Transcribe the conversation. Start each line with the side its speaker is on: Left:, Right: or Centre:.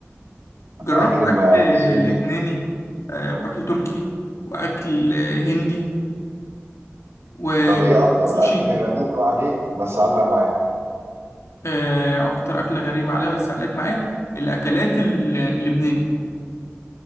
Left: جربت
Right: اكل ما-
Left: أكل
Right: صيني
Left: لبناني آه، وأكل تركي وأكل آه، هندي وجربت
Right: طب ايه اكتر
Left: السوشي
Right: اكل غريب عليك بس علق معاك
Left: آه، أكتر أكلة غريبة عليا بس علقت معايا الأكلات ال- اللبناني